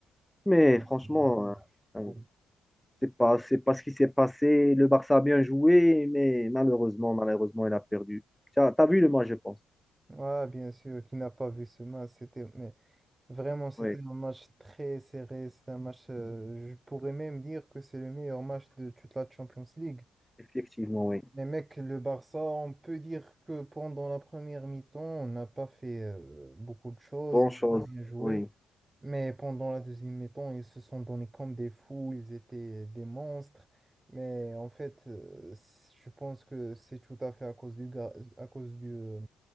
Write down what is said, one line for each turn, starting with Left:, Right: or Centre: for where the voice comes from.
Centre: Mais
Right: Merci.
Centre: franchement, euh, euh,
Right: Bon.
Centre: c'est pas, c'est pas ce qui s'est passé. Le Barça a bien joué, mais malheureusement, malheureusement, il a perdu. T'as, t'as vu le match, je pense.
Right: Ouais, bien sûr, qui n'a pas vu ce match, c'était, mais vraiment, c'était
Centre: Oui,
Right: un match très serré. C'est un match, euh, je pourrais même dire que c'est le meilleur match de toute la Champions League.
Centre: effectivement, oui.
Right: Les mecs, le Barça, on peut dire que pendant la première mi-temps, on n'a pas fait euh, beaucoup de choses,
Centre: Bonne
Right: on n'a
Centre: chose.
Right: pas bien joué.
Centre: Oui.
Right: Mais pendant la deuxième mi-temps, ils se sont donnés comme des fous, ils étaient des monstres. Mais en fait, euh, c- je pense que c'est tout à fait à cause du gars, à cause du, euh,